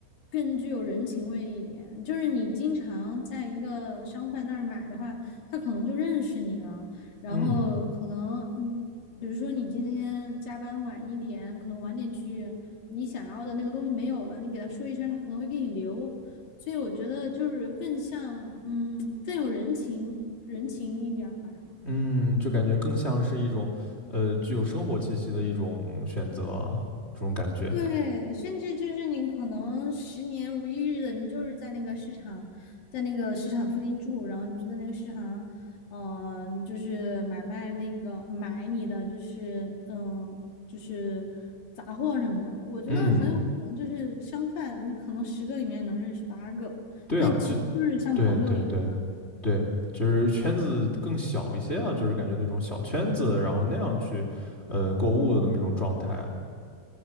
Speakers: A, on the left; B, on the left.
A: 更具有人情味一点。就是你经常在一个商贩那儿买的话，他可能就认识你了，然后可能你比如说你今天加班晚一点，
B: 嗯
A: 可能晚点去，你想要的那个东西没有了，你给他说一声，他可能会给你留。所以我觉得就是更像，嗯，更有人情人情一点儿吧。
B: 嗯，就感觉更像是一种呃具有生活气息的一种选择啊，这种感觉，
A: 对，甚至就是你可能十年如一日的，你就是在那个市场，在那个市场附近住，然后你就在那个市场，嗯、呃就是买卖那个买你的，就是嗯、呃就是杂货什么的。我觉得很有可能就是商贩，
B: 嗯，
A: 你可能十个里面能认识八个，
B: 对啊，
A: 那其就是像朋友一样。
B: 就对对对对，就是圈子更小一些啊，就是感觉那种小圈子，然后那样去呃购物的那么一种状态啊，